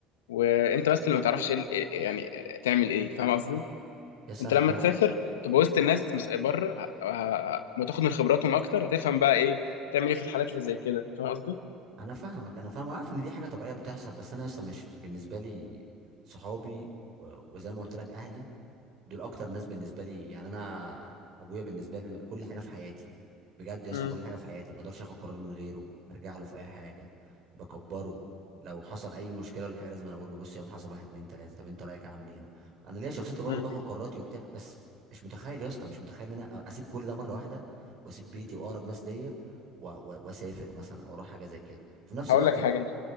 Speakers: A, on the left; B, on the right.
A: وانت بس اللي ما تعرفش إيه ال- إيه- يعني تعمل ايه فاهم قصدي
B: يا اسطى
A: انت
B: انا
A: لما
B: انا
A: تسافر تبقى وسط الناس مش بره ه- ه- ما تاخد من خبراتهم اكتر هتفهم بقى ايه تعمل ايه في الحالات اللي زي كده فاهم قصدي؟
B: انا فاهمك انا فاهم وعارف ان دي حاجه طبيعيه بتحصل بس انا يا اسطى مش بالنسبه لي صحابي و- وزي ما قلت لك اهلي دول اكتر ناس بالنسبه لي يعني انا ابويا بالنسبه لي كل حاجه في حياتي بجد يا اسطى
A: امم
B: كل حاجه في حياتي ما اقدرش اخد قرار من غيره ارجع له في اي حاجه بكبره لو حصل اي مشكله ولا حاجه لازم أنا اقول له بص يابا حصل واحد اتنين تلاته طب انت رايك اعمل ايه هنا انا ليا شخصيتي برضه
A: امم
B: باخد قراراتي وبتاع بس مش متخيل يا اسطى مش متخيل ان انا اسيب كل ده مره واحده واسيب بيتي واقرب ناس ليا و- و- واسافر مثلا او اروح حاجه زي كده في نفس
A: هقول
B: الوقت
A: لك حاجه انت